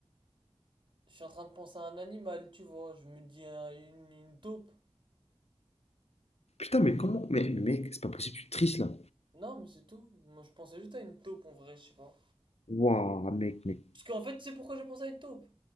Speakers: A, on the right; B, on the left.
A: je suis en train de penser à un animal, tu vois, je me dis un- une, une taupe.
B: Putain, mais comment? Mais, mais mec, c'est pas possible, tu triches là.
A: Non, mais c'est tout. Moi, je pensais juste à une taupe en vrai, je sais pas.
B: Waouh, mec, mec.
A: Parce qu'en fait, tu sais pourquoi j'ai pensé à une taupe?